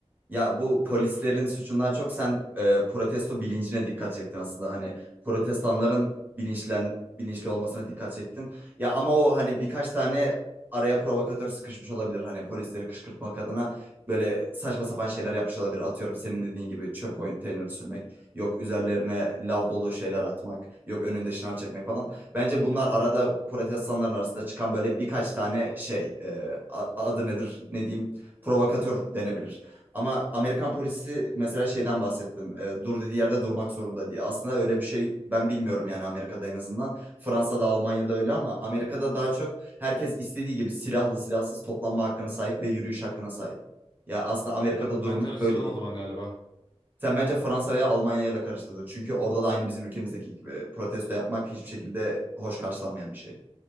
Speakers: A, on the right; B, on the left.
A: Ya bu polislerin suçundan çok sen e, protesto bilincine dikkat çektin aslında. Hani protestanların bilinçlen bilinçli olmasına dikkat çektin. Ya ama o hani birkaç tane araya provokatör sıkışmış olabilir. Hani polisleri kışkırtmak adına böyle saçma sapan şeyler yapmış olabilir. Atıyorum senin dediğin gibi çöp konteyneri sürmek, yok üzerlerine lav dolu şeyler atmak, yok önünde şınav çekmek falan. Bence bunlar arada protestanların arasında çıkan böyle birkaç tane şey, e, a- adı nedir, ne diyeyim, provokatör denebilir. Ama Amerikan polisi mesela şeyden bahsettin. e, dur dediği yerde durmak zorunda diye. Aslında öyle bir şey ben bilmiyorum yani Amerika'da en azından. Fransa'da, Almanya'da öyle ama Amerika'da daha çok herkes istediği gibi silahlı silahsız toplanma hakkına sahip ve yürüyüş hakkına sahip. Ya aslında Amerika'da
B: Ben
A: durum
B: karıştırdım
A: böyle diyebiliyorum.
B: o zaman galiba.
A: Sen bence Fransa veya Almanya'yla karıştırdın. Çünkü orada da aynı bizim ülkemizdeki gibi protesto yapmak hiçbir şekilde hoş karşılanmayan bir şey.